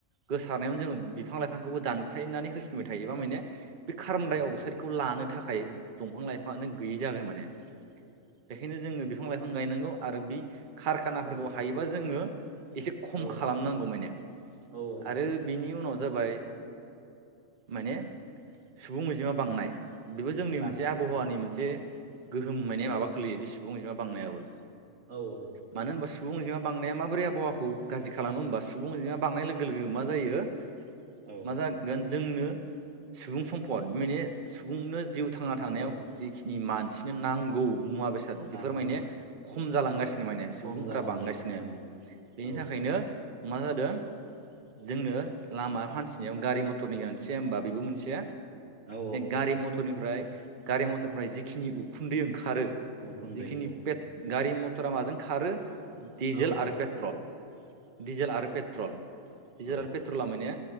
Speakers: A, on the right; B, on the right.
A: गोसारनायावनो जों बिफां लाइफांखौबो दानफायनानै होसिनबाय थायोबा माने बे कार्बनडाय
B: औ
A: अक्साइडखौ लानो थाखाय दंफां लाइफाङानो गैयि जागोन माने बेखायनो जोङो बिफां लाइफां गायनांगौ आरो बि खारखानाफोरखौ
B: औ
A: हायोबा जोङो एसे खम
B: औ
A: खालामनांगौ माने
B: औ
A: आरो बिनि उनाव जाबाय माने सुबुं अजिमा बांनाय बेबो जोंनि
B: बांनाय
A: मोनसे आबहावानि मोनसे गोहोम माने
B: औ
A: माबा खोलैयो बे सुबुं अजिमा बांनायाबो
B: औ औ
A: मानो होनबा सुबुं अनजिमा बांनाया माबोरै आबहावाखौ गाज्रि खालामो होनबा सुबुं अनजिमा बांनाय लोगो लोगो मा जायो
B: औ
A: मा जागोन जोंनो सुबुं सम्फद माने सुबुंनो जिउ थांना थानायाव
B: औ
A: जिखिनि मानसिनो नांगौ मुवा बेसाद बेफोर
B: नांगौ
A: माने खम जालांगासिनो नि माने सुबुंफोरा
B: खम जालांदों
A: बांगासिनो
B: औ
A: बेनि
B: औ
A: थाखायनो मा जादों? जोंनो लामा हान्थिनायाव गारि मथरनि गोनांथि होनबा बेबो मोनसे
B: औ
A: गारि मथरनिफ्राय गारि मथरनिफ्राय जिखिनि उखुन्दै ओंखारो जिखिनि
B: उखुन्दै औ
A: गारि मथरा माजों खारो डिजेल
B: औ
A: आरो पेट्रल दिजेल आरो पेट्रल डिजेल
B: औ
A: आरो पेट्रला माने